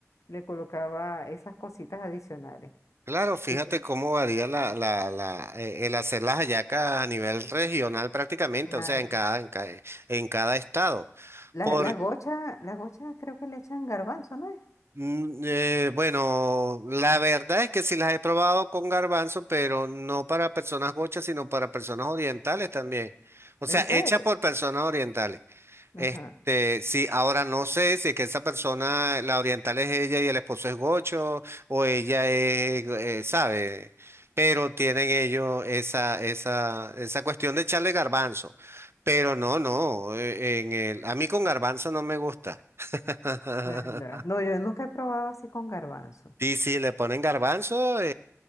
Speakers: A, on the left (about 75°); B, on the right (about 50°).
A: le colocaba esas cositas adicionales.
B: Claro, fíjate
A: Sí,
B: cómo varía la, la, la, eh, el hacer las hallacas a nivel regional prácticamente,
A: Claro.
B: o sea, en cada, en cada, en cada estado.
A: La-
B: Por,
A: Las gochas, las gochas creo que le echan garbanzo, ¿no es?
B: mm, eh, bueno, la verdad es que sí las he probado con garbanzo, pero no para personas gochas, sino para personas orientales también. O sea,
A: ¿En serio?
B: hechas por personas orientales.
A: Ajá.
B: Este, sí, ahora no sé si es que esa persona, la oriental es ella y el esposo es gocho, o ella es, eh, sabe, pero tienen ellos esa, esa, esa cuestión de echarle garbanzo. Pero no, no, eh, en el, a mí con garbanzo no me gusta. <laughs>
A: Ah, ya. No, yo nunca he probado así con garbanzo.
B: Sí, sí, le ponen garbanzo, eh,